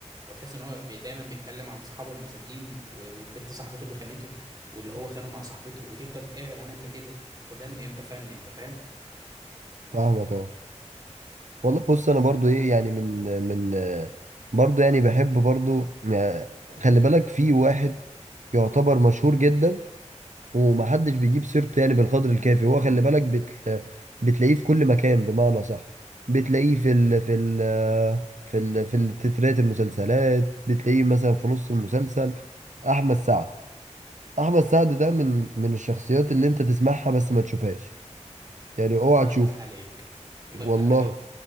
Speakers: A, on the right; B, on the right.
A: وتحس ان هو بي- دايما بيتكلم عن صحابه المساجين و- والبت صاحبته اللي خانته واللي هو خانه مع صاحبته وتفضل ايه يا جدعان اللي ايه ده وده من امتى فن انت فاهم
B: فاهمك أه والله بص أنا برضو إيه يعني من من آه، برضو يعني بحب برضو آه، خلي بالك في واحد يعتبر مشهور جدا ومحدش بيجيب سيرته يعني بالقدر الكافي هو خلي بالك بت... بتلاقيه في كل مكان بمعنى صح بتلاقيه في ال... في ال... في ال... في التترات المسلسلات بتلاقيه مثلا في نص المسلسل احمد سعد احمد سعد ده من من الشخصيات اللي انت تسمعها بس ما تشوفهاش يعني اوعى
A: الله
B: تشوفه
A: يفتح عليك الله
B: والله
A: يفتح عليك